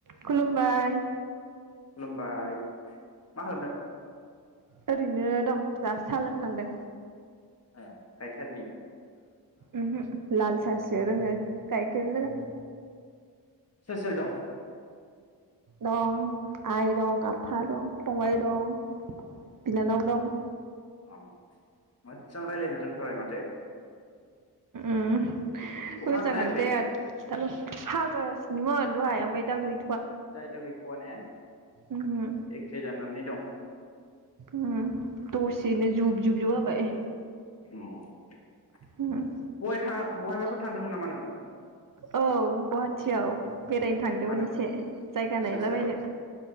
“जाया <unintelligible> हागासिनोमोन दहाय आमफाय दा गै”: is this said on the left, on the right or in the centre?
Right